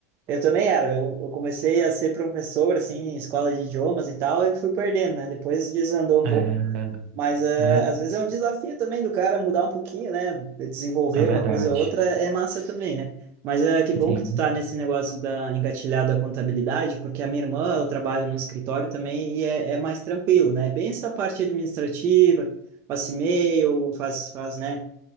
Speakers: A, on the right; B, on the right.
A: eu também era. Eu, eu comecei a ser professor, assim, em escola de idiomas e tal, e fui perdendo, né? Depois desandou um
B: É,
A: pouco. Mas eh,
B: é,
A: às vezes é um desafio também do cara mudar um pouquinho, né? Desenvolver
B: é verdade.
A: uma coisa ou outra é massa também, né? Mas é que bom
B: Sim,
A: que tu tá nesse negócio da engatilhado à contabilidade, porque a minha irmã, ela trabalha no escritório também e é, é mais tranquilo, né? É bem essa parte administrativa, passa e-mail, faz, faz, né?